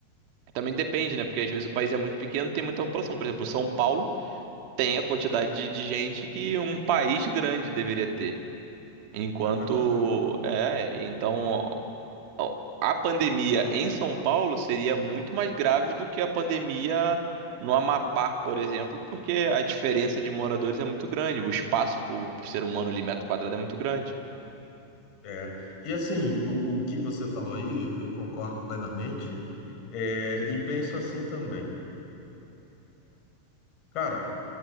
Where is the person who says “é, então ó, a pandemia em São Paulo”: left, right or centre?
Right